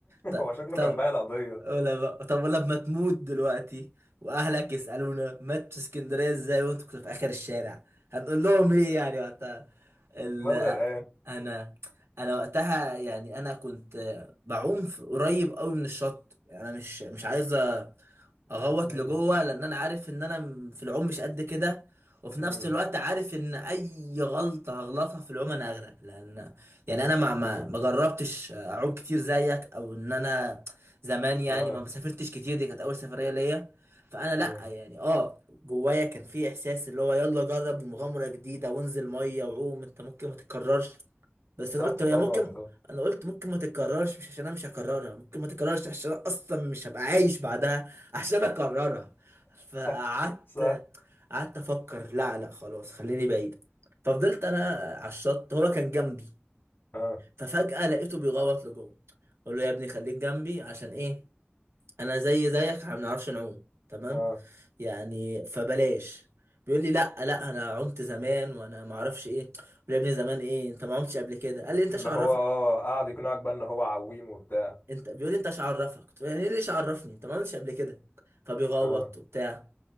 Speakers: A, on the right; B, on the left.
A: طب
B: هو شكله
A: طب
B: كان بايع القضيه
A: ولا بقى طب ولا لما تموت دلوقتي واهلك يسألونا مات في اسكندرية ازاي وانت كنت في اخر الشارع هنقول لهم ايه يعني وقتها ال...
B: مات غرقان
A: انا انا وقتها يعني انا كنت بعوم في- قريب قوي من الشط يعني انا مش مش عايز اغوط
B: مم،
A: لجوه لان انا عارف ان انا في العوم مش قد كده وفي
B: مم،
A: نفس الوقت عارف ان اي غلطه هغلطها في العوم انا اغرق لان يعني انا ما ما
B: مم،
A: ما جربتش اعوم كتير زيك او ان انا زمان يعني
B: اه
A: ما مسافرتش كتير دي كانت اول سفريه ليا فانا لا
B: مم.
A: يعني اه جوايا كان في احساس اللي هو يلا جرب مغامره جديده وانزل ميه وعوم انت ممكن ما تتكررش بس
B: صح
A: انا قلت هي
B: طبعا
A: ممكن
B: طبعا
A: انا قلت ممكن ما تتكررش مش عشان انا مش هكررها ممكن ما تتكررش عشان انا اصلا مش هبقى عايش بعدها عشان اكررها فقعدت
B: <laughs> صح
A: قعدت افكر لا لا خلاص خليني بعيد ففضلت انا على الشط هو كان جنبي
B: اه
A: ففجأة لقيته بيغوط لجوه اقول له يا ابني خليك جنبي عشان ايه انا زي زيك احنا ما بنعرفش نعوم تمام
B: اه
A: يعني فبلاش بيقول لي لا لا انا عمت زمان وانا ما اعرفش ايه قلت له يا ابني زمان ايه انت ما عمتش قبل كده قال لي انت
B: اللي
A: ايش عرفك
B: هو اه قعد يقنعك بقى ان هو عويم وبتاع
A: انت بيقول لي انت مش عرفك قلت له يعني ايه ليش عرفني انت ما عملتش قبل كده فبيغوط
B: اه
A: وبتاع